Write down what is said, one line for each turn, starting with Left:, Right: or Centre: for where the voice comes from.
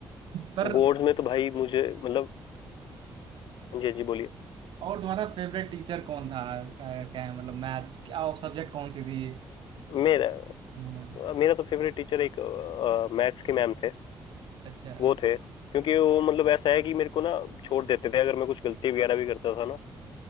Right: पर
Left: बोर्ड्स में तो भाई मुझे मतलब हाँ जी हाँ जी बोलिए
Right: और तुम्हारा फेवरेट टीचर कौन था अ, क्या है मतलब मैथ्स क्या और सब्जेक्ट कौन सी थी
Left: मेरा
Right: हाँ,
Left: मेरा तो फेवरेट टीचर एक मैथ्स के मैम थे
Right: अच्छा
Left: वो थे क्योंकि वो मतलब ऐसा है कि मेरे को ना छोड़ देते थे अगर मैं कुछ गलती वगैरह भी करता था ना